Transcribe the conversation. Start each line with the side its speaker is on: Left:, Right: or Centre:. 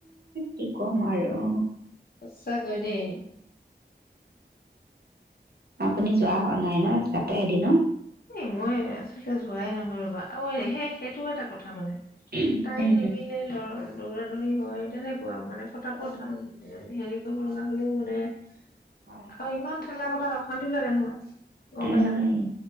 Right: কি ক'ম আৰু
Left: সছাকৈ দেই।
Right: আপুনি যোৱা হয়। নাই ন তাতে এদিন
Left: এই মই আচলতে যোৱাই ৰ'বা আৰু সেই সেইটো এটা কথা মানে,
Right: উম,
Left: টাইম
Right: উম।
Left: নিমিলে <unintelligible> দৌৰা দৌৰি হয়, তেনেক <unintelligible> মানে ফটাফট
Right: উম,
Left: হেৰি পুৰণা হ'লেও মানে অ',
Right: হয়।
Left: ইমান ঠেলা <unintelligible> <unintelligible> নহয়। গম
Right: উম,
Left: পাইছা নে?